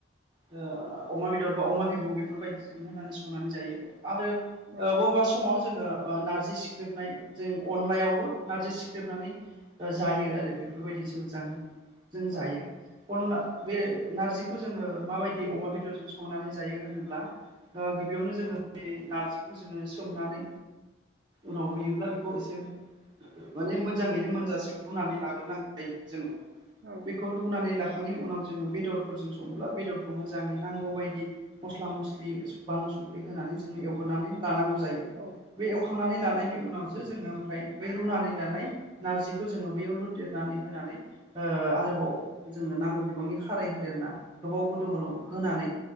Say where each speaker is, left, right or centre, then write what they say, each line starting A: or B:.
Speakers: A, on the right; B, on the right.
A: ओ अमा बेदर बा अमा बिबु बेफोरबायदिजों होनानै संनानै जायो आरो ओ
B: औ
A: बबेबा समाव जोङो नारजि सिख्रेबनाय जों अनलायावबो नार्जि सिख्रेबनानै ओ जायो आरो बेफोरबायदिसो जां जों जायो
B: औ
A: अनला बे नारजिखौ जोङो माबायदि अमा बेदरजों संनानै जायो होनोब्ला ओ गिबियावनो जोङो बे नारजिखौ जोङो सोमनानै उनाव रूयोब्ला बेखौ एसे माने मोजाङैनो मोनजासिम रुनानै लाग्रोनांग जायो जोङो
B: औ
A: बेखौ रूनानै लाखांनायनि उनाव जोङो बेदरफोरजों सङोब्ला बेदरखौ मोजाङै नांगौ बायदि मस्ला मस्लि बानलु संख्रि होनानै जोंङो एवग्रोनानै लानांगौ जायो
B: औ
A: बे एवखांनानै लानायनि उनावसो जोङो ओमफ्राय बै रुनानै लानाय नारजि खौ जोङो बैयाव लुदेरनानै होनानै ओ आरोबाव जोङो नांगौ बिबांनि खारै होदेरना गोबाव गोदौल' होनानै